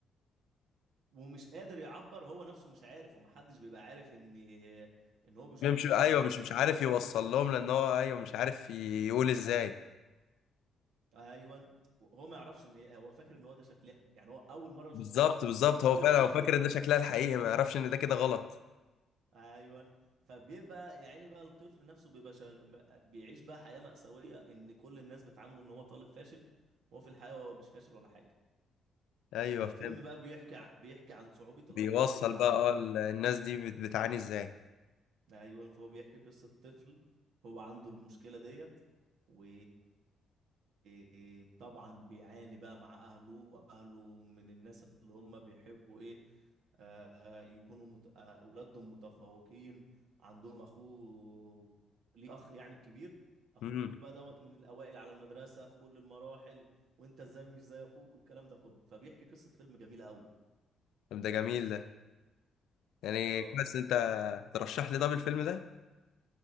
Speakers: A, on the right; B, on the left.
A: ومش قادر يعبر هو نفسه مش عارف ومحدش بيبقى عارف ان ان هو بيشوف
B: مش
A: الحروف
B: ايوه
A: مقلوبه
B: مش مش عارف يوصل لهم لان هو ايوه مش عارف يقول ازاي
A: ايوه هو ما يعرفش ان هو فاكر ان هو ده شكلها يعني هو اول مره يشوف
B: بالظبط
A: حرف
B: بالظبط
A: شافه
B: هو فعلا
A: بالشكل
B: هو فاكر
A: ده
B: ان ده شكلها الحقيقي ما يعرفش ان ده كده غلط
A: ايوه فبيبقى يعني بقى الطفل نفسه بيبقى شغ... بيعيش بقى حياه مأساويه ان كل الناس بتعامله ان هو طالب فاشل وهو في الحقيقه هو مش فاشل ولا حاجه
B: ايوه
A: فالفيلم
B: فاهم
A: بقى بيحكي ع- بيحكي عن صعوبة
B: بيوصل
A: الأطفال اللي بيبقى
B: بقى
A: عندهم
B: اه ال-
A: ال...
B: الناس دي بت- بتعاني ازاي
A: أيوة فهو بيحكي قصة طفل هو عنده المشكلة ديت و <hesitation> طبعا بيعاني بقى مع أهله وأهله من الناس اللي هم بيحبوا إيه آه يكونوا مت... آه أولادهم متفوقين عندهم أخوه ليه أخ يعني الكبير أخوه
B: امم
A: الكبير بقى دوت من الأوائل على المدرسة في كل المراحل وأنت إزاي مش زي أخوك والكلام ده كله فبيحكي قصة فيلم جميلة أوي
B: طب ده جميل ده يعني
A: اه
B: بس انت ترشح لي طب الفيلم ده